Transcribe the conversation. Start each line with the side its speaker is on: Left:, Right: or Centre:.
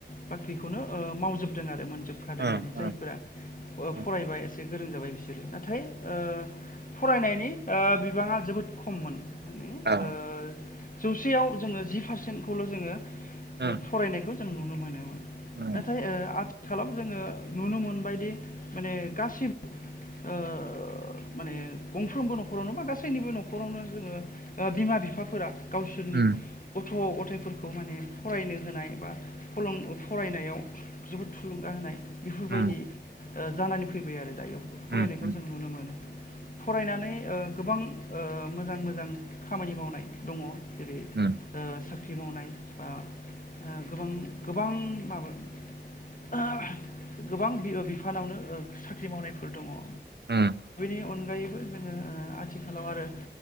Left: बाख्रिखौनो मावजोबदों आरो मोन जोबखादों
Right: उम
Left: माने जायफोरा
Right: उम उम
Left: फरायबा एसे गोरों जाबाय बिसोरो नाथाय ओ फरायनायनि ओ बिबाङा जोबोद खममोन माने
Right: औ
Left: ओ जौसेयाव जोङो जि पारसेन्टखौल' जोङो
Right: उम
Left: फरायनायखौ जों नुनो मोनोमोन
Right: उम
Left: नाथाय आ आथि खालाव जोङो नुनो मोनबायदि माने गासिब ओ माने गंफ्रोमबो न'खरावनो बा गासैनिबो न'खरावनो जोङो ओ बिमा बिफाफोरा गावसोरनि
Right: उम
Left: गथ' गथायाइफोरखौ माने फरायनो होनाय बा फरायनायाव जोबोद थुलुंगा होनाय बेफोरबायदि
Right: उम
Left: जानानै फैबाय आरो दा बेयाव
Right: उम
Left: फरायनायखौ जों नुनो मोनो फरायनानै ओ गोबां ओ मोजां मोजां खामानि मावनाय दङ जेरै
Right: उम
Left: दा साख्रि मावनाय बा गोबां गोबां माबा ओ गोबां बिफानावनो ओ साख्रि मावनायफोर दङ ओ
Right: उम
Left: बेनि अनगायैबो जोङो आथिखालाव आरो